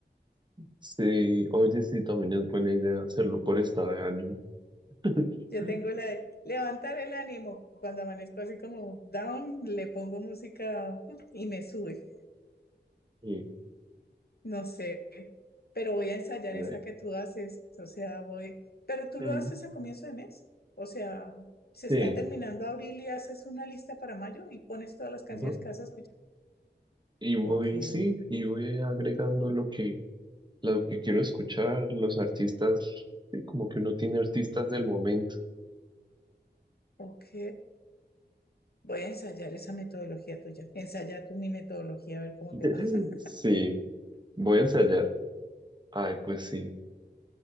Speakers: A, on the right; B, on the left.
A: Sí, oye, sí, también es buena idea hacerlo por estado de ánimo. <laughs>
B: Yo tengo la de levantar el ánimo. Cuando amanezco así como down, le pongo música y me sube.
A: Y,
B: No sé, pero voy a ensayar
A: a ver,
B: esa que tú haces, o sea, voy, pero
A: <laughs>
B: tú lo
A: mm,
B: haces a comienzo de mes, o sea, se está
A: sí,
B: terminando abril y haces una lista para mayo y pones todas las canciones
A: ajá.
B: que vas a escuchar.
A: Y voy,
B: Ok,
A: sí, y voy agregando lo que, lo que quiero escuchar, los artistas, sí, como que uno tiene artistas del momento.
B: ok, voy a ensayar esa metodología tuya, ensaya tú mi metodología a ver cómo
A: <laughs>
B: te va. <laughs>
A: Sí, voy a ensayar. Ay, pues sí,